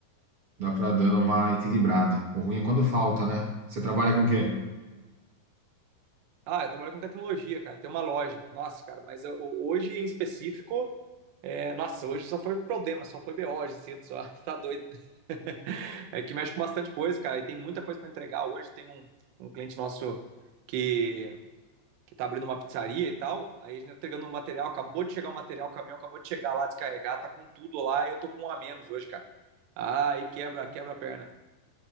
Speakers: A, on the right; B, on the right.
A: Dá para dando uma equilibrada. O ruim é quando falta, né? Você trabalha com o quê?
B: Ah, eu trabalho com tecnologia, cara. Tem uma loja. Nossa, cara, mas eu- eu- hoje em específico, é, nossa, hoje só foi problema, só foi BO hoje cedo, só. <laughs> Tá doido. <laughs> É que mexe com bastante coisa, cara. E tem muita coisa para entregar. Hoje tem um, um cliente nosso que, que tá abrindo uma pizzaria e tal. Aí a gente tá entregando um material, acabou de chegar o material, o caminhão acabou de chegar lá, descarregar, tá com tudo lá. E eu tô com um a menos hoje, cara. Ah, aí quebra, quebra a perna.